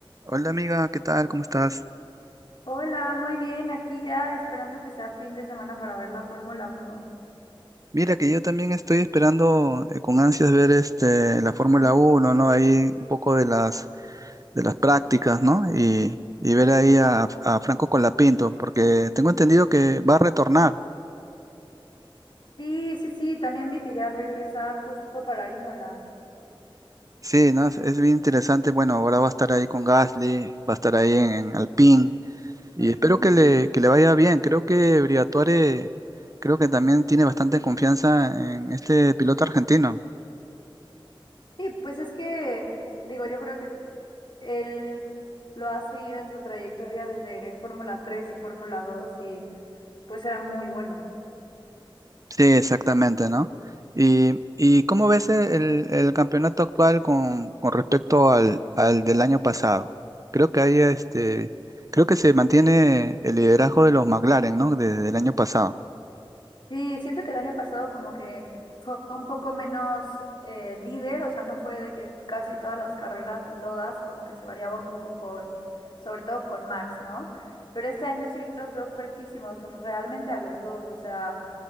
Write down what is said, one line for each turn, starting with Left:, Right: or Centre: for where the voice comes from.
Right: Hola amiga, ¿qué tal? ¿Cómo estás?
Left: Hola, muy bien, aquí ya esperando que sea fin de semana para ver la Fórmula Uno.
Right: Mira que yo también estoy esperando eh, con ansias ver este la Fórmula Uno, ¿no? Ahí un poco de las de las prácticas, ¿no? Y, y ver ahí a, a Franco Colapinto, porque tengo entendido que va a retornar.
Left: Sí, sí, sí, también vi que ya regresa justo para Imola.
Right: Sí, ¿no? Es, es bien interesante. Bueno, ahora va a estar ahí con Gasly, va a estar ahí en, en Alpine y
Left: Ujú.
Right: espero que le, que le vaya bien. Creo que Briatore, creo que también tiene bastante confianza en este piloto argentino.
Left: Sí, pues es que, digo, yo creo que él lo ha seguido en su trayectoria desde Fórmula Tres y Fórmula Dos y pues era muy bueno.
Right: Sí, exactamente, ¿no? ¿Y, y cómo ves el, el campeonato actual con, con respecto al, al del año pasado? Creo que hay este, creo que se mantiene el liderazgo de los McLaren, ¿no? Desde el año pasado.
Left: Sí, siento que el año pasado como que fue un poco menos eh, líder, o sea, no fue de que casi todas las carreras ni todas, como que se variaba un poco con, sobre todo con Max, ¿no? Pero este año sí los veo fuertísimos, realmente a los dos, o sea,